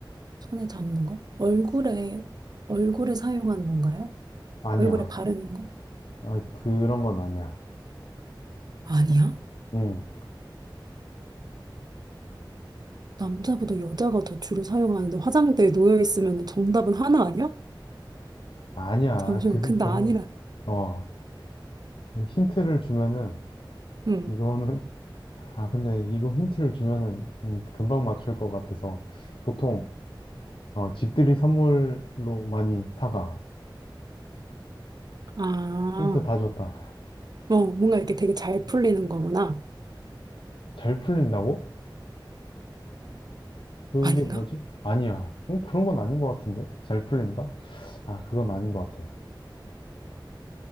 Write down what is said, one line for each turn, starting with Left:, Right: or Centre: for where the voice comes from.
Right: 손에 잡는 거? 얼굴에 얼굴에 사용하는 건가요?
Left: 아니야.
Right: 얼굴에 바르는 거?
Left: 아, 그런 건 아니야.
Right: 아니야?
Left: 음,
Right: 남자보다 여자가 더 주로 사용하는데 화장대에 놓여 있으면 정답은 하나 아니야?
Left: 아니야.
Right: 잠시만.
Left: 그,
Right: 근데
Left: 그런,
Right: 아니라.
Left: 어, 힌트를 주면은,
Right: 응.
Left: 이거는 아, 근데 이거 힌트를 주면은 음, 금방 맞출 것 같아서 보통 어, 집들이 선물로 많이 사가.
Right: 아.
Left: 힌트 다 줬다.
Right: 어, 뭔가 이렇게 되게 잘 풀리는 거구나.
Left: 잘 풀린다고? 그게
Right: 아닌가?
Left: 뭐지? 아니야. 음, 그런 건 아닌 것 같은데? 잘 풀린다? 아, 그건 아닌 것 같아.